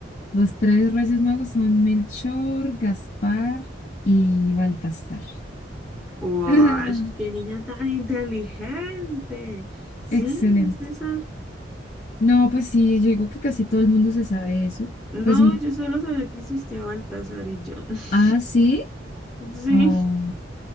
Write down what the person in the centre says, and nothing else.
¡Uash!
¡Qué niña tan inteligente! Sí,
es esa.
No,
yo solo sabía que existía Baltasar y yo. <laughs>
Sí.